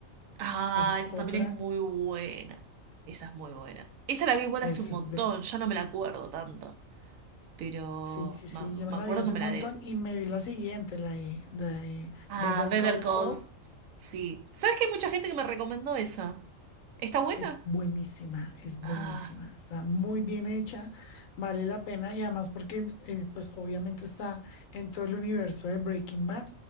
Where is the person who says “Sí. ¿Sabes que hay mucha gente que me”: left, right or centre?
Right